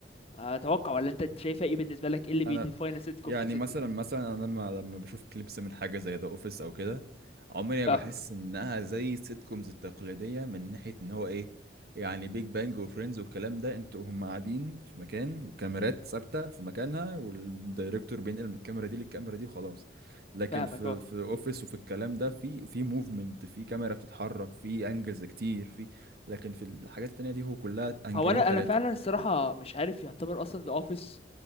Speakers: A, on the left (about 35°); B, on the right (about 55°).
A: اتوقع ولا انت شايفه ايه بالنسبه لك ايه اللي بيديفاين
B: انا
A: السيت كوم
B: يعني
A: كسيت
B: مثلا
A: كوم
B: مثلا انا لما لما بشوف كليبس من حاجه زي ذا اوفيس او كده عمري ما
A: اه
B: بحس انها زي السيت كومز التقليديه من ناحيه ان هو ايه يعني بيج بانج وفريندز والكلام ده انتوا هم قاعدين في مكان وكاميرات ثابته في مكانها والدايركتور بينقل من الكاميرا دي للكاميرا دي وخلاص لكن
A: فاهمك
B: في
A: اه
B: في اوفيس وفي الكلام ده في في موفمنت في كاميرا بتتحرك في انجلز كتير في لكن في الحاجات التانية دي هو كلها انجلين
A: هو انا
B: تلاتة
A: انا فعلا الصراحه مش عارف يعتبر اصلا ذا اوفيس